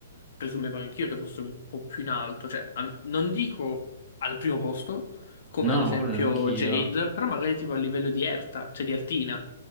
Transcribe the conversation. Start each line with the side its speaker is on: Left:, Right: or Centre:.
Left: presumevo anch'io che fosse un po' più in alto, cioè a- non dico al primo posto, come
Centre: No,
Left: ad
Centre: no,
Left: esempio
Centre: ma quello neanch'io.
Left: Jade, però magari tipo a livello di Erta, cioè di Ertina,